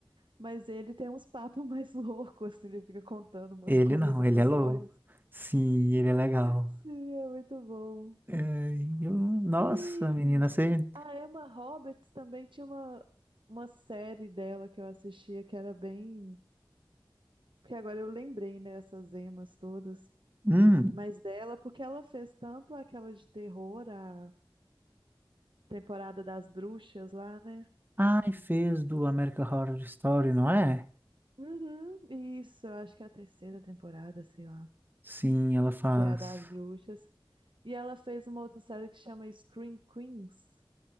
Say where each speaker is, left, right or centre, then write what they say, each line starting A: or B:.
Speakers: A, on the right (about 70°); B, on the right (about 20°).
A: Mas ele tem uns papos <laughs> mais loucos, assim, ele fica contando umas
B: Ele
A: coisas
B: não, ele
A: pros
B: é louco.
A: dois.
B: Sim, ele é legal.
A: Sim, é muito bom.
B: É, e eu- nossa,
A: E
B: menina, você.
A: a Emma Roberts também tinha uma, uma série dela que eu assistia que era bem. Porque agora eu lembrei, né, essas emas todas.
B: Hum.
A: Mas dela, porque ela fez tanto aquela de terror, a temporada das bruxas lá, né?
B: Ai, fez do American Horror Story, não é?
A: Uhum, isso, eu acho que é a terceira temporada, sei lá,
B: Sim, ela faz.
A: que é a das bruxas. E ela fez uma outra série que chama Scream Queens,